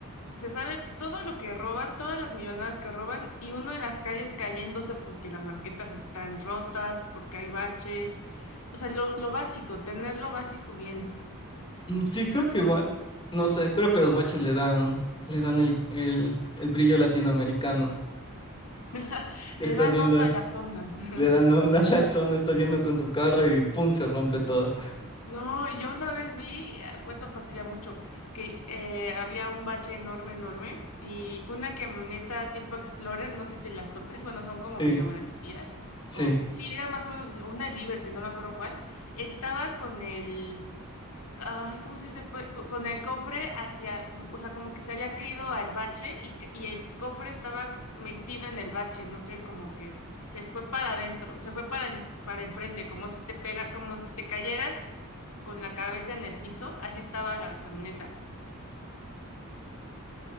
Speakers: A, on the left (about 90°); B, on the left (about 25°).
A: Se sabe todo lo que roban, todas las millonadas que roban y uno en las calles cayéndose porque las banquetas están rotas, porque hay baches. O sea, lo, lo básico, tener lo básico bien.
B: mm, sí, creo que igual. No sé, creo que los baches le dan, le dan el, el, el brillo latinoamericano.
A: <laughs>
B: Que
A: Le
B: estás
A: dan
B: yendo,
A: onda a la zona. <laughs>
B: le dan onda a la zona, estás yendo con tu carro y pum, se rompe todo.
A: No, y yo una vez vi, eh, pues eso fue hace ya mucho, que eh, había un bache enorme, enorme y una camioneta tipo Explorer, no sé si las topes, bueno, son como
B: Sí,
A: medio grandecillas,
B: sí.
A: o sí, era más o menos así, una Liberty, no me acuerdo cuál, estaba con el, Ay, ¿cómo se dice? Pues, co- con el cofre hacia, o sea, como que se había caído al bache y, que- y el cofre estaba metido en el bache, no sé, como que se fue para adentro, se fue para, en- para enfrente, como si te pega, como si te cayeras con la cabeza en el piso, así estaba la camioneta.